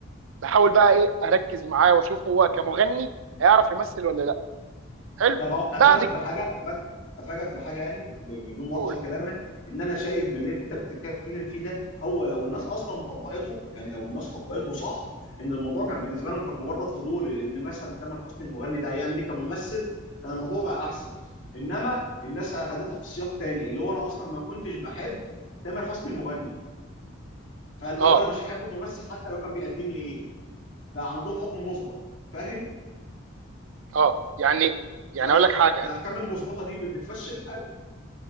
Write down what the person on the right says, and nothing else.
بحاول بقى ايه اركز معاه واشوف هو كمغني هيعرف يمثل ولا لا حلو
بعد كده
بقول
اه
اه يعني يعني
اقول لك حاجه